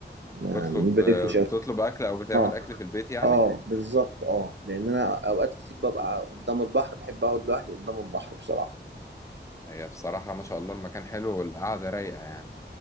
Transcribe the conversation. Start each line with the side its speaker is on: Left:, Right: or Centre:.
Right: ما
Left: تطلب
Right: ما بلفش
Left: بتطلب
Right: أوي.
Left: اكل او بتعمل
Right: اه
Left: اكل في البيت يعني
Right: اه بالظبط اه لأن أنا أوقات كتير ببقى قدام البحر بحب أقعد لوحدي قدام البحر بصراحة
Left: هي بصراحه ما شاء الله المكان حلو والقعده رايقه يعني